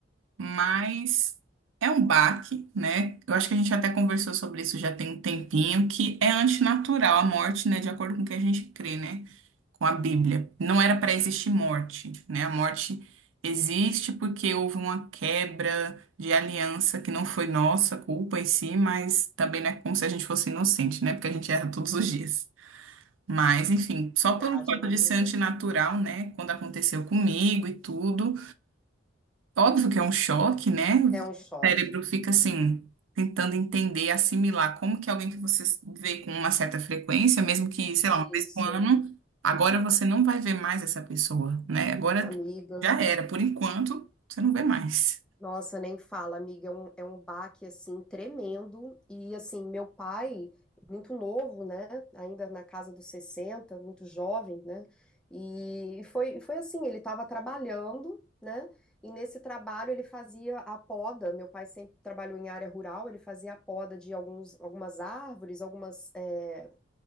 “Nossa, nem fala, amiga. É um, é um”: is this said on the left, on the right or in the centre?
Centre